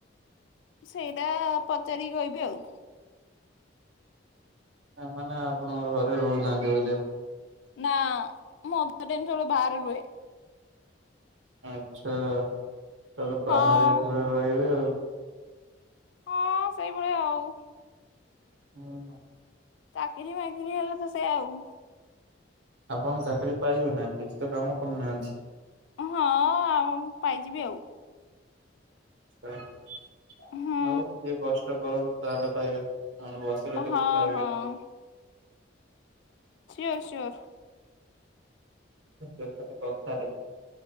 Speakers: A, on the left; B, on the right.
A: ସେଇଟା ପଚାରି କହିବି ଆଉ।
B: ମାନେ ଆପଣଙ୍କ ଘରେ ରହୁନାହାନ୍ତି ବୋଧେ।
A: ନା ମୁଁ ଅଧା ଦିନ ସବୁବେଳେ ବାହାରେ ରୁହେ।
B: ଆଛା ତ ବାହାରେ
A: ହଁ
B: ଏଥର ରହିବେ ଆଉ।
A: ହଁ ସେଇଭଳିଆ ଆଉ।
B: ହଁ ହଁ।
A: ଚାକିରି ବାକିରି ହେଲେ ତ ସେ ଆଉ।
B: ଆପଣ ଚାକିରି ପାଇବେ ନା କିଛି ତ କାମ କରୁନାହାନ୍ତି।
A: ହଁ ଆଉ ପାଇଯିବି ଆଉ।
B: ହଉ
A: ହୁଁ
B: ଟିକିଏ କଷ୍ଟ କର ତାହେଲେ ପାଇବେ। ଆ ବସିଲେ ତ
A: ହଁ
B: କିଛି ପାଇିବେନି।
A: ହଁ ସିଓର ସିଓର।
B: <inaudible> କଥାରେ